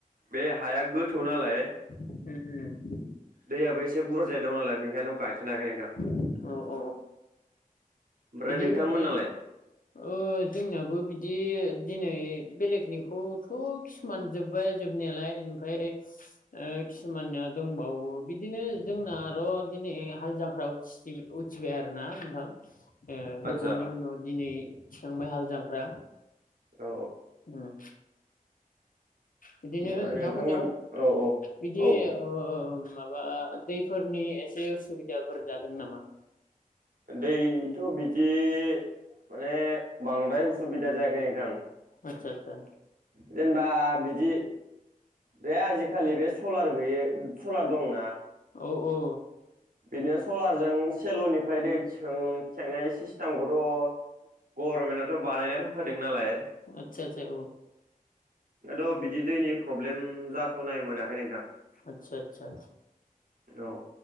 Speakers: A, on the right; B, on the left.
A: बे हाया गोथौ नालाय।
B: उम उम।
A: दैयाबो एसे बुरजायै दं नालाय बेनिखायनो गायथ'नोहायाखै नोंथां।
B: अ अ
A: ओमफ्राय
B: बिदिनो
A: नोंथांमोननालाय?
B: माने। ओ जोंनाबो बिदि दिनै बेलेगनिखौथ'। खिसुमान जोब्बाय जोबनायालाय इमफाय। ओ खिसुमाननिया दंबावो बिदिनो जोंना आर' दिनै हाल जांखारयाव। उथिबाय आरो ना नोंथां। ओ गोबावनि
A: आदसा
B: उनाव दिनै थिखांबाय हालजांख्रा।
A: औ
B: ओम। बिदिनो
A: ओमफ्राय
B: नोंथांमोननियाव
A: नोंथांमोन औ औ
B: बिदि
A: औ
B: ओ मा माबा आ दैफोरनि एसे उसुबिदाफोर जादों नामा।
A: दैथ' बिदि माने बांद्राय उसुबिदा जायाखै नोंथां।
B: आतसा आतसा।
A: जेनेबा बिदि बे आजिखालि बे सलार गैय सलार दंना।
B: औ औ।
A: बिदिनो सलारजों सेल'निफ्राय दै थिखां थिखांनाय सिस्टेमखौथ'। गभारर्नमेन्टआथ' बानायना होखादों नालाय।
B: आतसा आतसा औ।
A: दाथ' बिदि दैनि प्रब्लेम जाथ'नाय मोनाखै नोंथां।
B: आतसा आतसा
A: औ